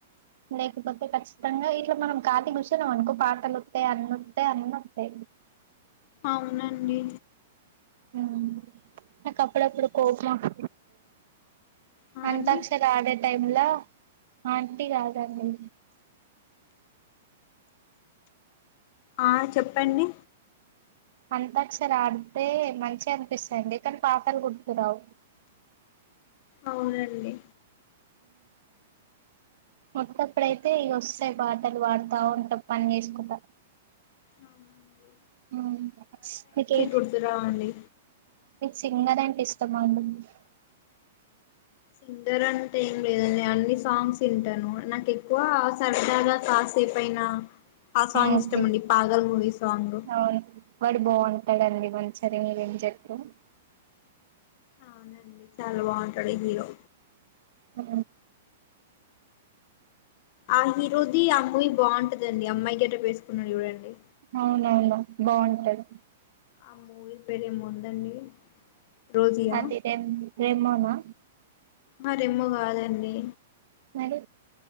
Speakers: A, on the right; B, on the left.
A: లేకపోతే ఖచ్చితంగా ఇట్లా మనం కాత కూర్చాం అనుకో పాటలు వస్తాయి అన్నస్తాయి అన్న వస్తాయి
B: అవునండి
A: ఉ నాకు అప్పుడప్పుడు కోపంది
B: ఆ
A: అంతాక్షర
B: అండి
A: ఆడే టైమ్ లో ఆంటీ రాదండి
B: ఆ చెప్పండి
A: అంతాసర ఆడితే మంచి అనిపిస్తాడి కానీ పాతలు గుర్తురావు
B: అవునండి
A: మత్తప్పుడైతే ఇ వస్తాయి బాటలు వాడుతా ఉంటా పని చేసుకుంటా
B: అవునండి
A: మ్మ్ స్ మీకు
B: గుర్తురావండి
A: సింగర్ అంటే ఇష్టమా అండి మీకు <inaudible>
B: సింగర్ అంటే ఏం లేదండి అన్ని సాంగ్స్ వింటను నాకు ఎక్కువ సరదాగా కాసేపుయిన ఆ సాంగ్
A: ఓకే
B: ఇష్టం అండి పాగల్ మూవీ సాంగ్
A: అవును వాడు బాగుంటాడండి మంచి సర నువ్వేం చెట్టు <unintelligible>
B: అవునండి చాలా బాగుంటడు ఈ హీరో
A: ఆ
B: ఆ హిరో ది ఆ మూవీ ఆ బాగుంటదండి అమ్మాయి గెటప్ వేసుకుంట చూడండి
A: అవునవును బాగుంటది
B: ఆ మూవీ పెరే మో ఉందండి రోజీయా
A: అది రె రేమో నా
B: మరేమో కాదండి
A: నేను